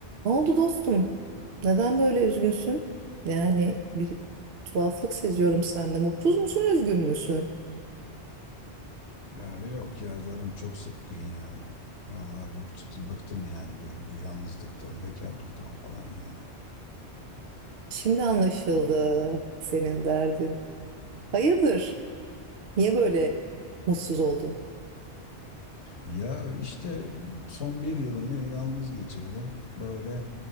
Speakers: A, on the right; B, on the left.
A: Ne oldu dostum? Neden böyle üzgünsün? Yani bir tuhaflık seziyorum sende. Mutsuz musun, üzgün müsün?
B: Ya yok ya canım çok sıkkın ya. Vallahi çok sıkkın. Bıktım yani böyle bu yalnızlıktan, bekarlıktan falan ya.
A: Şimdi anlaşıldı senin derdin. Hayırdır? Niye böyle mutsuz oldun?
B: Ya işte son bir yılımı yalnız geçirdim. Böyle